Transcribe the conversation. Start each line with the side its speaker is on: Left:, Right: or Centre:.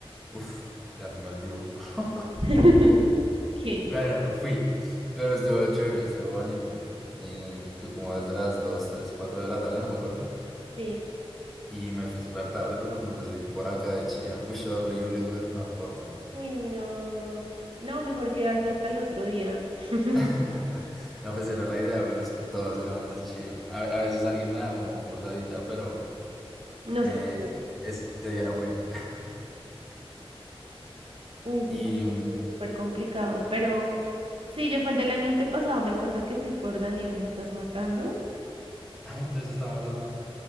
Centre: uf, ya se me olvidó. <laughs>
Right: <laughs> ¿Quién?
Centre: Bueno, fui, pero estuvo chévere, estuvo bonito. Y fui como desde las 2 3 4 de la tarde, no me acuerdo.
Right: Sí.
Centre: Y me fui súper tarde, pero como yo soy por acá de Chía, uy, horrible coger transporte.
Right: Uy, no. No, mejor quedarse hasta el otro día. <laughs>
Centre: <laughs> No, pues era la idea, pero es que todos éramos de Chía. A, a veces alguien me da como posadita, pero
Right: No
Centre: eh,
Right: se pudo.
Centre: este día no fue. <laughs>
Right: Uy, sí,
Centre: Y,
Right: porque
Centre: mm,
Right: sí es súper complicado. Pero sí, yo fue el del año antepasado. Me acuerdo que fui por Daniel, ¿me estás matando?
Centre: ay, entonces estábamos al lado.